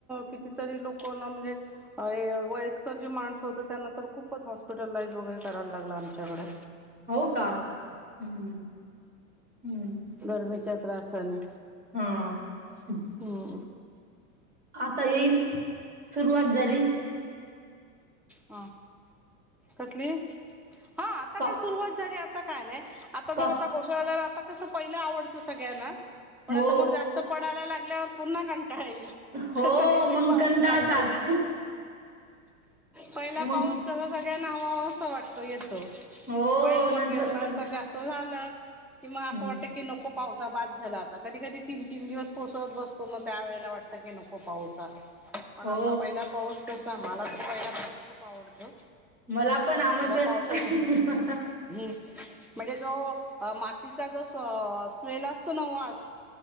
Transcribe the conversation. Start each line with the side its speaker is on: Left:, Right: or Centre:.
Centre: कितीतरी लोकं म्हणजे अ वयस्कर जी माणसं होत त्यांना तरं खूपच हॉस्पिटलाइज वगैरे करायलां लागलं आमच्यांकडे
Right: हो कां ह, ह
Centre: गर्मीच्या त्रासानी
Right: हां ह
Centre: हो
Right: आता येईल सुरुवांत झालीं
Centre: हां कसली हा आता
Right: पा
Centre: कायं सुरुवांत झालीं आता कायं नाही आता
Right: पा
Centre: जर आता कोसळल्याला आता कसं पहिलं आवडतं सगळ्यांना पणं
Right: हो
Centre: आता मगं जास्तं पडायला लागल्यांवर पुन्हां कंटाळां येईल
Right: हो
Centre: कसा आहे ते
Right: मग
Centre: पाऊस
Right: कंटाळतात.
Centre: माहिती पहिला
Right: मग
Centre: पाऊस तसं सगळ्यां हवा हवासा वाटतं तो येतो
Right: हो
Centre: पणं मगं नंतर
Right: सगळं
Centre: जास्तं झाला की मगं असं
Right: हं.
Centre: वाटतें की की नको पावसां बाद झाल्या आता कधीं, कधीं तीनं तीनं दिवस कोसळतो बसतो मगं त्यां वेळेला असं वाटत की नको पाऊस असा पणं
Right: हो
Centre: आता पहिला पाऊस कसा मला तरं पहिला पाऊस खूप आवडतो
Right: मला पण आम्ही
Centre: पहिल्या
Right: पण
Centre: पावसाचं हम्मं म्हणजे जो मातिचां जो स्मेल असतों नां वांस